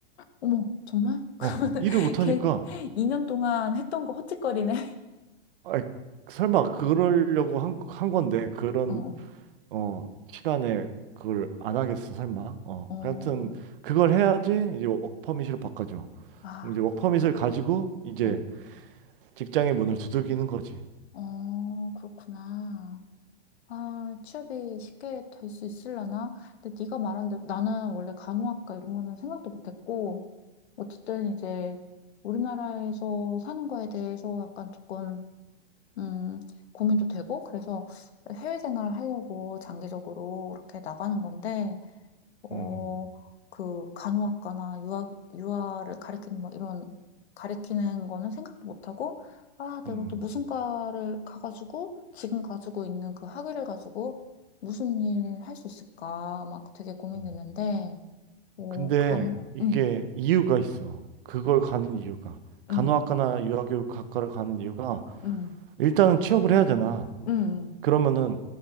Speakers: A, on the left; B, on the right.
A: 어머, 정말? <laughs> 그러면은
B: 어, 일을 못
A: 걔
B: 하니까.
A: 2년 동안 했던 거 헛짓거리네. <laughs>
B: 아 설마 그러려고 한, 한 건데 그런
A: 어,
B: 어, 시간에 그걸 안 하겠어, 설마. 어,
A: 어,
B: 아무튼 그걸 해야지 이제 워크퍼밋으로 바꿔줘.
A: 아,
B: 그럼 이제 워크퍼밋을 가지고 이제
A: 어,
B: 직장의 문을 두들기는 거지.
A: 어, 그렇구나. 아, 취업이 쉽게 될 수 있으려나? 근데 네가 말한 대로 나는 원래 간호학과 이런 거는 생각도 못했고, 어쨌든 이제 우리나라에서 사는 거에 대해서 약간 조금 음, 고민도 되고, 그래서 해외 생활을 하려고 장기적으로 이렇게 나가는 건데, 어,
B: 음,
A: 그 간호학과나 유아, 유아를 가르키는 뭐 이런, 가르키는 거는 생각도 못하고, 아, 내가
B: 음,
A: 또 무슨 과를 가가지고, 지금 가지고 있는 그 학위를 가지고 무슨 일 할 수 있을까, 막 되게 고민됐는데,
B: 음.
A: 어,
B: 근데
A: 간호,
B: 이게
A: 음,
B: 이유가 있어. 그걸 가는 이유가. 간호학과나
A: 음,
B: 유아교육학과를 가는 이유가
A: 음,
B: 일단은 취업을 해야 되나.
A: 음,
B: 그러면은